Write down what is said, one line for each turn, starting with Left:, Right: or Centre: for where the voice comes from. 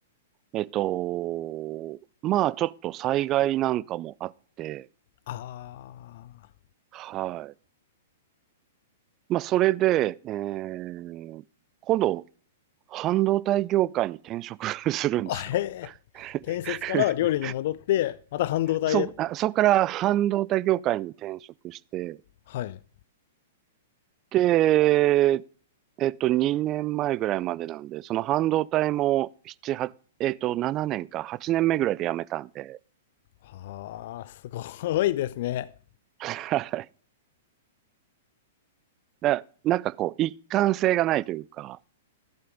Right: えっと、まあ、ちょっと災害なんかもあって、
Left: あ
Right: はい。まあ、それで、えー、今度、半導体業界に転職 <laughs> するんですよ。
Left: あ。あへえ。建設から料理に戻って、
Right: <laughs>
Left: また半導体へ。
Right: そ、あ、そこから半導体業界に転職して、
Left: はい。
Right: で、えっと、2年前ぐらいまでなんで、その半導体も7、8、えっと、7年か、8年目ぐらいで辞めたんで、
Left: ああ、すごいですね。
Right: <laughs> はいだ、なんかこう、一貫性がないというか、